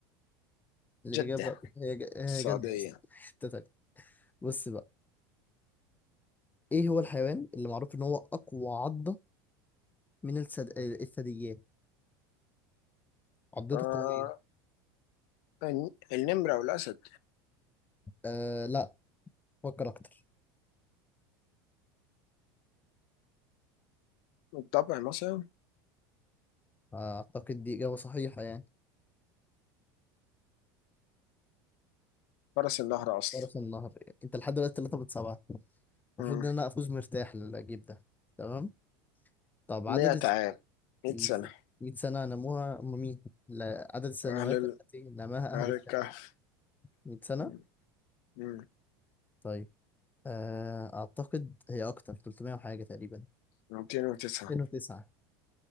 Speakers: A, on the left; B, on the left.
A: الإجابة
B: جده
A: هي ج... هي
B: السعوديه
A: جدة أصلا <laughs> حتة تانية بص بقى ايه هو الحيوان اللي معروف ان هو اقوى عضة من السد... الثدييات عضته
B: آه...
A: قوية
B: الن- النمره والاسد
A: آه لا فكر اكتر
B: الضبع مثلا
A: آه، اعتقد دي اجابة صحيحة يعني
B: فرس النهر اصلا
A: فرس النهر انت لحد دلوقتي 3 من 7 المفروض
B: مم.
A: ان انا افوز مرتاح للجيب ده تمام طب عدد
B: 100
A: الس...
B: عام 100
A: ال
B: سنه
A: 100 سنة نموها هم مين لا، عدد السنوات
B: اهل
A: التي نماها اهل
B: أهل
A: الكهف
B: الكهف
A: 100 سنة
B: م- م.
A: طيب آه اعتقد هي اكتر 300 وحاجة تقريبا
B: 209
A: 209